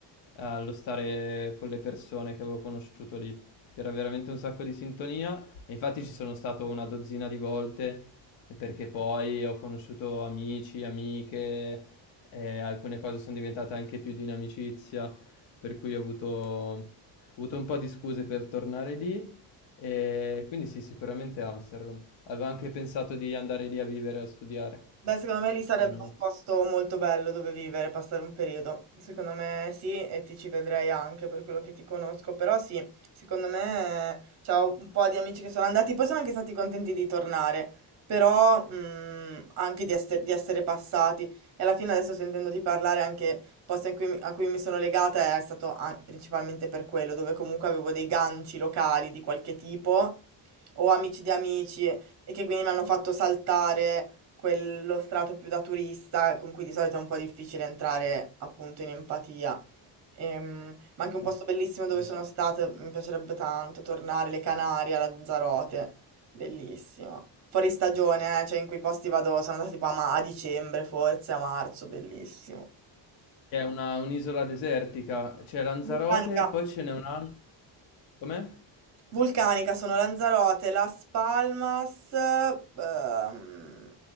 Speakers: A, on the left; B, on the right.
A: allo stare con le persone che avevo conosciuto lì. C'era veramente un sacco di sintonia e infatti ci sono stato una dozzina di volte e perché poi ho conosciuto amici, amiche e alcune cose sono diventate anche più di un'amicizia, per cui ho avuto, ho avuto un po' di scuse per tornare lì e quindi sì, sicuramente Amsterdam. Avevo anche pensato di andare lì a vivere, a studiare,
B: Beh, secondo me lì sarebbe
A: poi non
B: un
A: ho fatto.
B: posto molto bello dove vivere, passare un periodo. Secondo me sì, e ti ci vedrei anche per quello che ti conosco. Però sì, secondo me c'ho un po' di amici che sono andati, poi sono anche stati contenti di tornare, però mm, anche di, esse- di essere passati. E alla fine adesso sentendoti parlare anche il posto in cui mi- a cui mi sono legata è stato an- principalmente per quello, dove comunque avevo dei ganci locali di qualche tipo, o amici di amici, e che quindi mi hanno fatto saltare quello strato più da turista con cui di solito è un po' difficile entrare appunto in empatia. Ehm, ma anche un posto
A: Eh,
B: bellissimo dove
A: ok.
B: sono stata, mi piacerebbe tanto tornare, le Canarie, a Lanzarote, bellissimo. Fuori stagione, eh, cioè in quei posti vado, sono andata tipo a, ma- a dicembre forse, a marzo, bellissimo.
A: È una- un'isola desertica, c'è Lanzarote,
B: Vulcanica.
A: poi ce n'è un'altra. Com'è?
B: Vulcanica sono Lanzarote, Las Palmas, ehm,